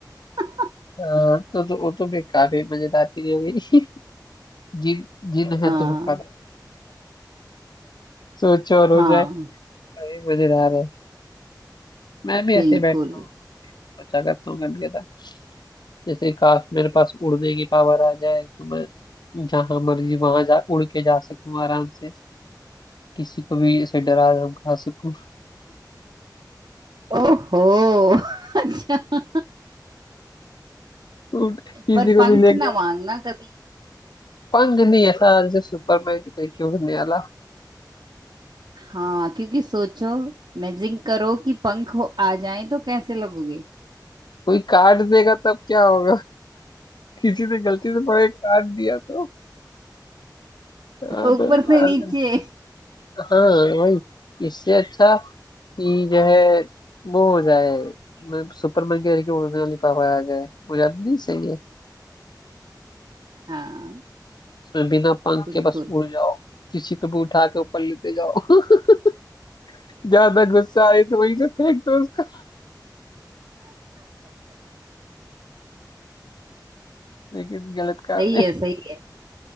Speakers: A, on the right; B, on the left.
A: <laughs>
B: हाँ तो, तो वो तो बेकार है मजेदार चीज हो गई जिन जिन है
A: हाँ
B: तो फिर पागल सोचो और हो
A: हाँ
B: जाए अरे मजेदार है मैं भी
A: बिल्कुल
B: ऐसे बैठता हूँ सोचा करता हूँ कभी कदा जैसे काश मेरे पास उड़ने की पावर आ जाए तो मैं जहां मर्जी वहां जा उड़ के जा सकूं आराम से किसी को भी ऐसे डरा धमका सकूं
A: ओहो <laughs> अच्छा
B: उड़- किसी
A: पर
B: को
A: पंख
B: भी लेकर
A: ना मांगना कभी
B: पंख नहीं ऐसा जैसे सुपरमैन की तरीके उड़ने वाला
A: हाँ क्योंकि सोचो इमेजिन करो कि पंख हो आ जाए तो कैसे लगोगे
B: कोई काट देगा तब क्या होगा किसी ने गलती से पकड़ के काट दिया तो हाँ
A: ऊपर
B: तो
A: से
B: हाँ
A: नीचे
B: हाँ, वही इससे अच्छा कि जो है वो हो जाए मैं सुपरमैन के जरिए उड़ने वाली पावर आ जाए वो ज्यादा नहीं सही है
A: हाँ
B: उसमें बिना पंख
A: बिल्कुल
B: के बस उड़ जाओ किसी को भी उठा के ऊपर लेते जाओ <laughs> ज्यादा गुस्सा आए तो वहीं से फेंक दो उसको लेकिन गलत काम
A: सही
B: है
A: है सही है